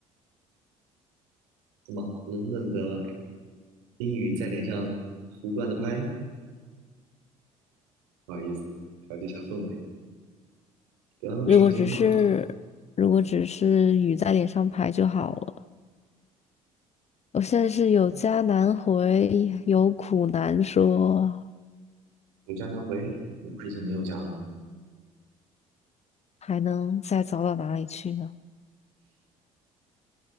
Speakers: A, on the right; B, on the left.
A: 怎么冷冷的冰雨在脸上胡乱的拍？不好意思，调节一下氛围，不要那么伤心啦。
B: 如果只是如果只是雨在脸上拍就好了。我现在是有家难回，有苦难说，
A: 有家难回，你不是已经没有家了吗？
B: 还能再走到哪里去呢？